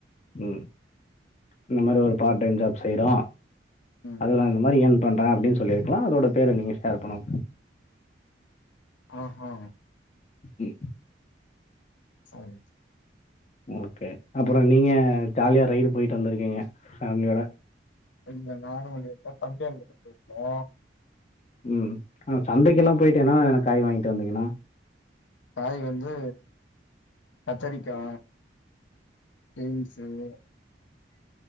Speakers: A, on the left; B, on the left.
A: ம் இந்த மாரி ஒரு பார்ட் டைம் ஜாப் செய்யறோ
B: ம்
A: அதுல இந்த மாரி என் பண்ற அப்டின் சொல்லிருக்கோ அதோட பேர நீங்க ஷேர் பண்ணவு
B: ஆஹா
A: ம்
B: சரி
A: ஓகே அப்பறோ நீங்க ஜாலியா ரைடு போயிட்டு வந்திருக்கீங்க ஃபேமிலியோட
B: இல்ல நானு உங்கிட்ட பந்தைய கட்ட போய்ருந்தோ
A: ம் ஆ சந்தைக்கெல்லா
B: ம்
A: போயிட்டு வேனா எனக் காய் வாய்ங்ட்டு வந்தீங்கனா
B: காய் வந்து கத்தரிக்கா ம் சேர்